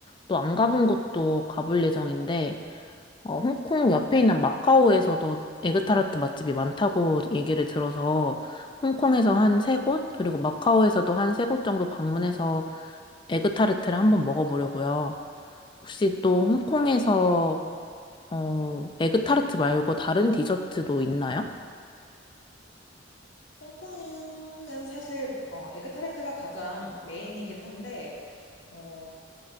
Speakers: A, on the left; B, on the left.
A: 또 안 가본 곳도 가볼 예정인데, 어, 홍콩 옆에 있는 마카오에서도 에그타르트 맛집이 많다고 얘기를 들어서, 홍콩에서 한 세 곳, 그리고 마카오에서도 한 세 곳 정도 방문해서 에그타르트를 한번 먹어보려고요. 혹시 또 홍콩에서, 어, 에그타르트 말고 다른 디저트도 있나요?
B: 홍콩은 사실 어, 에그타르트가 가장 메인이긴 한데 어,